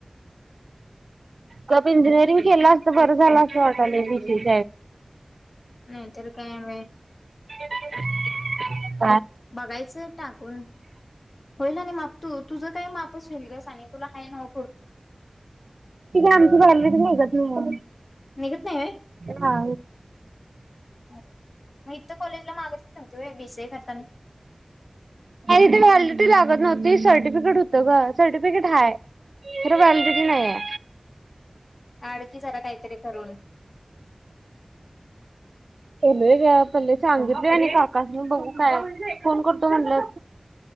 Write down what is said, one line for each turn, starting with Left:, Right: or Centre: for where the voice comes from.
Left: <unintelligible>
Right: गप इंजिनिअरिंग केलं असत बरं झालं असं वाटलं बी सी
Left: नाही तरर कायम बाई.
Right: <unintelligible>
Left: बघायचंय टाकून. होईला नाही माप तू तुझं काय मापच होलगस आणि तुला काय न
Right: तिथे आमची भरलेत नाही ओ.
Left: निघत नाही व्हय
Right: हा.
Left: अरे मग इथ कॉलेजला मागायचली नव्हती बीसीए करताना
Right: आणि तिथे व्हॅलिडिटी लागत नव्हती सर्टिफिकेट होत ग सर्टिफिकेट हाय. खरं व्हॅलिडीटी नाहीये.
Left: आणडखी जरा काहीतरी करून
Right: बलय ग पल्ले सांगितले आणि काकास म बघू काय फोन करतो म्हटलं.